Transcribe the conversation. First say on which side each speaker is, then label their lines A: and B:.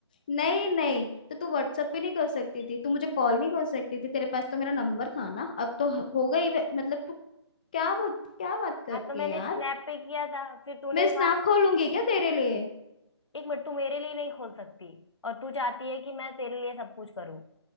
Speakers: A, on the left; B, on the left.
A: नहीं नहीं तो तू व्हाट्सएप पे नहीं कर सकती थी तू मुझे कॉल नहीं कर सकती थी तेरे पास तो मेरा नंबर था ना अब तो हो गई वे- मतलब तू क्या वो क्या बात करती
B: हाँ तो मैंने
A: है यार
B: स्नैप पे किया था फिर तूने
A: मैं स्नैप
B: वहां
A: खोलूंगी क्या तेरे लिए
B: एक मिनट तू मेरे लिए नहीं खोल सकती और तू चाहती है कि मैं तेरे लिए सब कुछ करूं